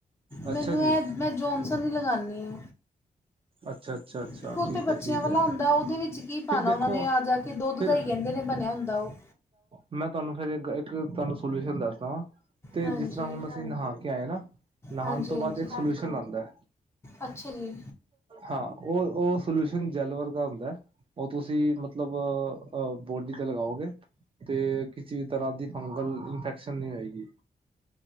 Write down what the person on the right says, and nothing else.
ਅੱਛਾ
ਜੀ।
ਅੱਛਾ ਅੱਛਾ ਅੱਛਾ
ਠੀਕ
ਹੈ ਠੀਕ
ਹੈ
ਫਿਰ ਦੇਖੋ
ਫਿਰ
ਮੈਂ ਤੁਹਾਨੂੰ ਫੇਰ ਇੱਕ ਤੁਹਾਨੂੰ ਸੋਲਿਊਸ਼ਨ ਦੱਸਦਾ ਵਾਂ। ਤੇ
ਜਿਸ ਤਰ੍ਹਾਂ ਹੁਣ ਅਸੀਂ ਨਹਾ ਕੇ ਆਏ ਨਾ, ਨਹਾਉਣ
ਤੋਂ ਬਾਅਦ
ਇੱਕ ਸੋਲਿਊਸ਼ਨ ਆਦਾ।
ਹਾਂ ਉਹ-ਉਹ ਸੋਲਿਊਸ਼ਨ ਜੈਲ ਵਰਗਾ ਹੁੰਦਾ। ਉਹ ਤੁਸੀਂ ਮਤਲਬ ਬੋਡੀ ਤੇ ਲਗਾਓਗੇ। ਤੇ ਕਿਸੇ ਤਰ੍ਹਾਂ ਦੀ ਫੰਗਲ ਇਨਫੈਕਸ਼ਨ ਨੀ ਹੋਏਗੀ।